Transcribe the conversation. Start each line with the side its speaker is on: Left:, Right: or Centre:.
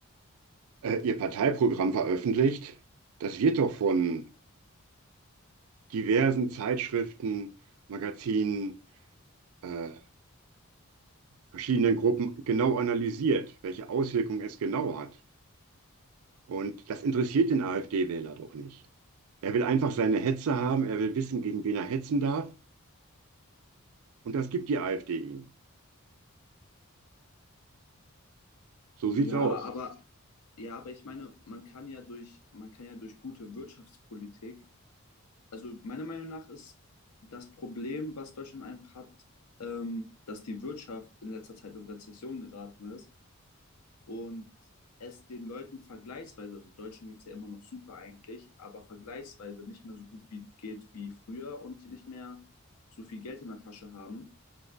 Right: äh, ihr Parteiprogramm veröffentlicht, das wird doch von diversen Zeitschriften, Magazinen, äh, verschiedenen Gruppen genau analysiert, welche Auswirkungen es genau hat. Und das interessiert den AfD-Wähler doch nicht. Er will einfach seine Hetze haben, er will wissen, gegen wen er hetzen darf. Und das gibt die AfD ihm. So
Left: Ja,
Right: sieht's aus.
Left: aber Ja, aber ich meine, man kann ja durch, man kann ja durch gute Wirtschaftspolitik, also meiner Meinung nach ist das Problem, was Deutschland einfach hat, ähm, dass die Wirtschaft in letzter Zeit in Rezession geraten ist und es den Leuten vergleichsweise, also Deutschen geht es ja immer noch super eigentlich, aber vergleichsweise nicht mehr so gut wie geht wie früher und die nicht mehr so viel Geld in der Tasche haben.